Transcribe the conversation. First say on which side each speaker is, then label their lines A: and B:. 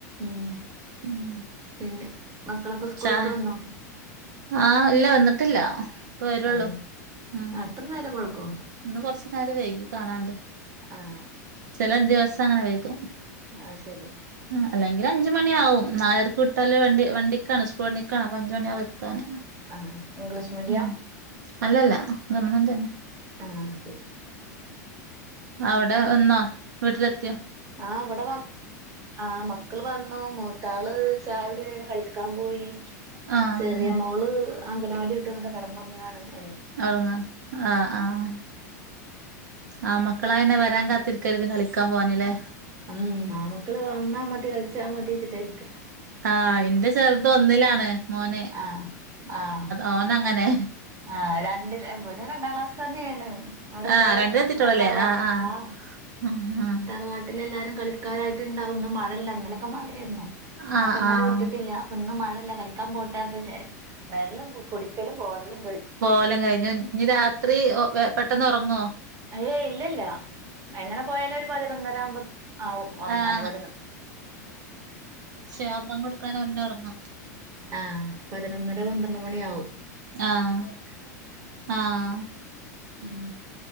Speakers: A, on the right; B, on the right.
A: ഉം
B: ഉം
A: പിന്നെ മക്കളൊക്കെ സ്കൂളിട്ട്
B: ചാ
A: വന്നോ
B: ആഹ് ഇല്ല വന്നിട്ടില്ല ഇപ്പ വരുള്ളൂ
A: അതെ
B: ഉം
A: അത്ര നേരം വൈകൊ
B: ഇന്ന് കൊറച്ചു നേരം വേകി കാണാണ്ട്
A: ആഹ്
B: ചില ദിവസം അങ്ങനെ വൈക്കും
A: അ ശരി
B: അല്ലെങ്കിൽ അഞ്ചുമണിആവും നാലരക്ക് വിട്ടാല് വണ്ടി വണ്ടിക്കാണ് സ്കൂൾ വണ്ടിക്കണ അപ്പ അഞ്ചുമണിയാവും എത്താന്
A: ആ ഇംഗ്ലീഷ് മീഡിയ
B: ഉം അല്ലല്ല ഗവൺമെന്റ് തന്നെ
A: ആഹ ശരി
B: ഉ അവിടെ വന്നാ വീട്ടിലെത്തിയ
A: ആ അവിടെ മ ആഹ് മക്കള് വന്നു മൂത്താള് ചായുടി കഴിഞ്ഞു കളിക് ക്കാൻ പോയി
B: ആഹ്
A: ചെറിയ മോള് അങ്കനവാടി വിട്ടുന്നിട്ട കിടന്നുറങ്ങാണ് എ
B: അവടുങ്ങ ആഹ് ആഹ് ആഹ് മക്കളാന്നെ വരാൻ കാത്തിരിക്കരു കളിക്കാൻ പോവാനല്ല
A: ഉം ആമക്കള് വന്നാ മതി കളിച്ചാൻ മടിച്ചിട്ടായിരിക്ക
B: ആഹ് ഇന്റെ ചെറുത് ഒന്നിലാണ് മോന്
A: ആഹ് ആഹ്
B: ഓന അങ്ങനെ
A: ആഹ് രണ്ട വിടെ രണ്ടാം ക്ലാസ് തന്നെയാണ് അവിടെല്ലാരും
B: ആഹ് രണ്ടിലെത്തിട്ടൊള്ളൂല്ലേ
A: നിങ്ങളെ തറവാട്ട
B: ആഹ് ആഹ്
A: ആ
B: ആഹ്
A: തറവാ ട്ടിൽ എല്ലാരും കളിക്കാരായിട്ട് ഉണ്ടാവും ന്ന് മഴല്ല ഇന്നലൊക്കെ മഴയായിരുന്നു
B: ആഹ്
A: അപ്പൊ ഇന്നലെ
B: ആഹ് ആഹ്
A: വിട്ടിട്ടില്ല കുന്നും മഴല്ല കളിക്കാൻ പോട്ടെക്ക വരലും കുടിക്കലും ഓടലും
B: പോലം കഴിഞ്ഞു ഞ്ഞീരാത്രി പെട്ടന്ന് ഉറങ്ങോ
A: ഏയയ് ഇല്ലല്ല എങ്ങനെ പോയാല ഒരു പതിനൊന്നര ആവുമ്പോ ആവും ഒറങ്ങല്
B: ആഹ്
A: പതിനൊന്ന്
B: ശാപം കൊടുക്കൻ ഒന്ന ഇറങ്ങ
A: ആ പതിനൊന്നര പന്ത്രണ്ട് മണിയ ആവു
B: ആഹ ആഹ
A: ഉം